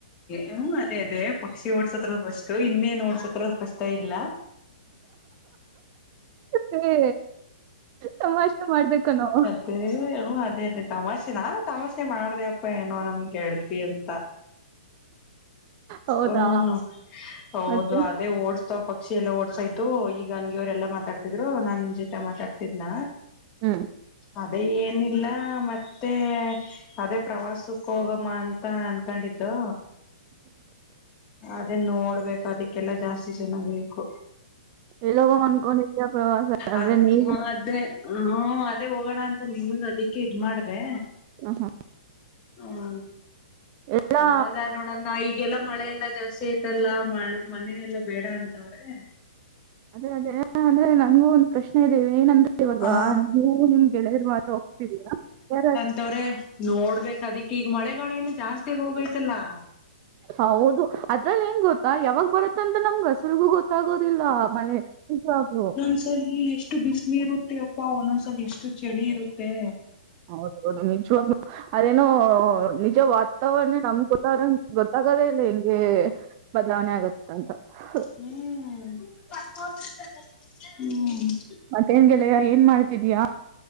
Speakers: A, on the left; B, on the right.
A: ಹ್ಮ್ ಅದೇ ಅದೇ ಪಕ್ಷಿ ಓಡ್ಸತ್ರ ಫಸ್ಟ್ ಇನ್ನೇನ್ ಓಡ್ಸತ್ರ ಕಷ್ಟ ಇಲ್ಲ
B: ಹೇ ತಮಾಷೆ ಮಾಡಿದ ಕಣೊ
A: ಅ ಹ ಅದೇ ಅದೇ ತಮಾಷೆ ನಾನು ತಮಾಷೆ ಮಾಡಿದೆ ಅಪ್ಪ ಏನೋ ನಮ್ಮ ಗೆಳತಿ ಅಂತ
B: ಹೌದಾ
A: ಹ್ಮ್ ಹೌದು
B: ಮತ್ತೆ
A: ಅದೇ ಓಡ್ಸ್ತ ಪಕ್ಕ ಪಕ್ಷಿ ಎಲ್ಲ ಓಡಿಸಿ ಆಯ್ತು ಈಗ ಹಂಗಗೆ ಅವರೆಲ್ಲ ಮಾತಾಡತ ದರು ನಾನ್ ನಿನ್ ಜೊತೆ ಮಾತಾಡ್ತಿದ್ನ
B: ಹ್ಮ್
A: ಅದೇ ಏನಿಲ್ಲ ಮತ್ತೆ ಅದೇ ಪ್ರವಾಸಕ್ಕ ಹೋಗಮ್ಮ ಅಂತ ಅನ್ ಅಂಕೊಂಡಿದ್ದು ಅದ ನೋಡ್ಬೇಕು ಅದಕ್ಕೆಲ್ಲಾ ಜಾಸ್ತಿ ಜನ ಬೇಕು
B: ಎಲ್ಲೋಗೋ ಅನ್ಕೊಂಡಿದ್ಯಾ ಪ್ರವಾಸ ಅಂದ್ರೆ
A: ಅದ
B: ನೀವು
A: ಅದೇ ಹ್ಮ ಹ್ಮು ಅದೇ ಹೋಗೋಣ ಅಂತ ನಿಮ್ಮನ್ನು ಅದಿಕ್ಕೆ ಇದ್ ಮಾಡ್ದೆ
B: ಹ ಹಾ
A: ಹ್ಮ
B: ಎಲ್ಲಾ
A: ನೋಡದಾ ನೋಡೋಣ್ಣಾ ಈಗೆಲ್ಲಾ ಮಳೆ ಎಲ್ಲಾ ಜಾಸ್ತಿ ಐತೆ ಮತ್ತಲ್ಲಾ ಮ ಮನೆನೆಲ್ಲಾ ಬೇಡ ಅಂತವ್ರೇ
B: ಅದೇ ಅದೇ ಅಂದ್ರೆ ನನ್ಗೂ ಒಂದ್ ಪ್ರಶ್ನೆ ಇದೆ ಏನಂದ್ರೆ ಇವಾಗ
A: ಹಾ
B: ನೀವು ನಿಮ್ ಗೆಳೆಯರು ಮಾತ್ರ ಹೋಗ್ತಿದಿರಾ ಯಾರಾದ್ರೂ
A: ತ್ತವ್ರೆ ನೋಡ್ಬೇಕ ಅದಿಕ್ ಈಗ ಮಳೆಗಾಳಿ ಎಲ್ಲ ಜಾಸ್ತಿ ಹೋಗೈತಲ್ಲಾ
B: ಹೌದು ಅದ್ರಲ್ಲಿ ಏನ್ ಗೊತ್ತಾ ಯಾವಾಗ ಬರುತ್ತೆ ತ್ತಂತ್ ನಮ್ಗೆ ಹೆಸರಿಗೂ ಗೊತ್ತಾಗೋದಿಲ್ಲ ಮಳೆ ನಿಜ್ವಾಗ್ಲೂ
A: ಒಂದ್ಸಲ ಎಷ್ಟು ಬಿಸ್ಲಿರುತ್ತೆ ಯಪ್ಪಾ ಒಂದೊಂದ್ಸಲಿ ಎಷ್ಟು ಚಳಿ ಇರುತ್ತೆ.
B: ಹೌದೌದು ನಿಜ್ವಾಗ್ಲೂ ಅದೇನೋ ನಿಜ ವಾತಾವರಣ ನಮ್ ಗೊತ್ತಾದಂಗ್ ಗೊತ್ತ ಆಗೋದ ಇಲ್ಲ ಹೆಂಗೆ ಬದಲಾವಣೆ ಆಗತ್ತೆ ಅಂತ ಹ
A: ಹ್ಮೂ <unintelligible> ಹ್ಮ್.
B: ಮತ್ತೇನ್ ಗೆಳೆಯಾ ಏನ್ ಮಾಡ್ತಿದಿಯಾ